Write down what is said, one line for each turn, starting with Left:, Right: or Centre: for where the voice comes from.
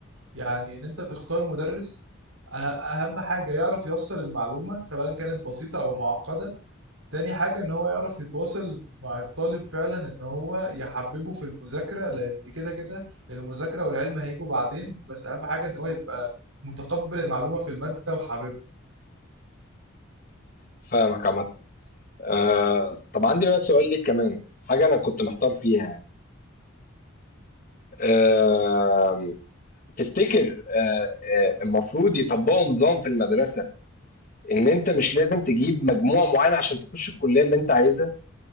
Right: يعني ان انت تختار مدرس أه- اهم حاجة يعرف يوصل المعلومة سواء كانت بسيطة او معقدة تاني حاجة ان هو يعرف يتواصل مع الطالب فعلا ان هو يحببه في المذاكرة لان كده كده المذاكرة والعلم هيجوا بعدين بس اهم حاجة ان هو يبقى متقبل المعلومة في المادة وحاببها
Left: فاهمك عامة آه، طب عندي بقى سؤال ليك كمان حاجة أنا كنت محتار فيها يعني آه، تفتكر آه، آه، المفروض يطبقوا نظام في المدرسة إن أنت مش لازم تجيب مجموع معين عشان تخش الكلية اللي أنت عايزها؟